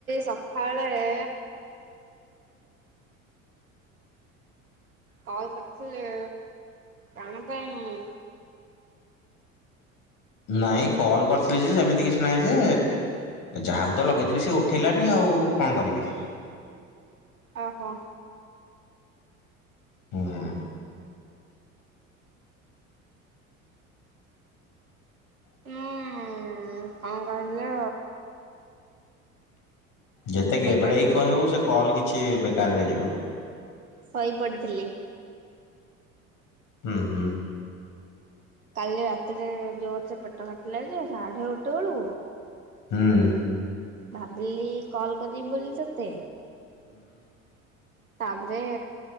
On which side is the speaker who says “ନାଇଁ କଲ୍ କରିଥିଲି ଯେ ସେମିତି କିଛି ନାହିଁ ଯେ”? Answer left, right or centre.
Left